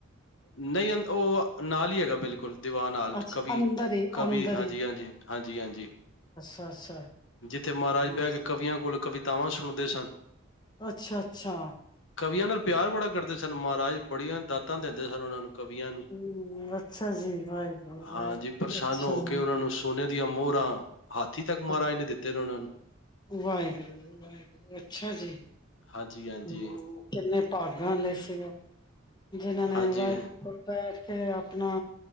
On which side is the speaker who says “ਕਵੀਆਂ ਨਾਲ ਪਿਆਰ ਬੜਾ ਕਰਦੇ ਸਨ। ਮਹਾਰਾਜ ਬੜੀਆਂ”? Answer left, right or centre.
Left